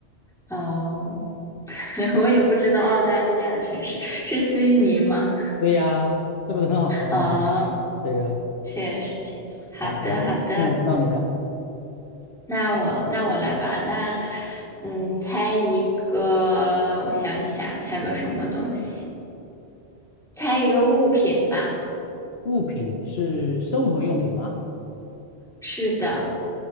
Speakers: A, in the centre; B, on the left.
A: 哦，<laughs> 我也不知道澳大利亚的城市是悉尼吗？
B: 对呀，这不是很好猜吗？
A: 哦，
B: 对呀，
A: 确实，确实好的，
B: 好了，
A: 好的，
B: 现在轮到你的
A: 那我那我来吧。那嗯，猜一个，我想一下，猜个什么东西？猜一个物品吧。
B: 物品是生活用品吗？
A: 是的，